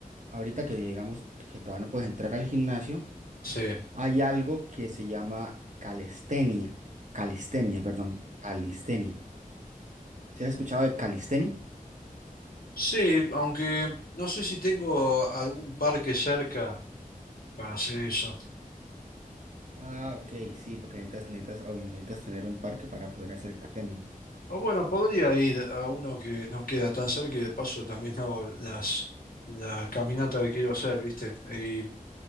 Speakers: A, on the right; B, on the left.
A: ahorita que digamos que todavía no puedes entrar al gimnasio,
B: Sí,
A: hay algo que se llama calistenia, calistenia, perdón, calistenia. ¿Se has escuchado de calistenia?
B: sí, aunque no sé si tengo algún parque cerca para hacer eso.
A: Ah, ok, sí, porque necesitas, necesitas, obvio, necesitas tener un parque para poder hacer calistenia.
B: O bueno, podría ir a uno que no queda tan cerca y de paso también hago las la caminata que quiero hacer, ¿viste? Y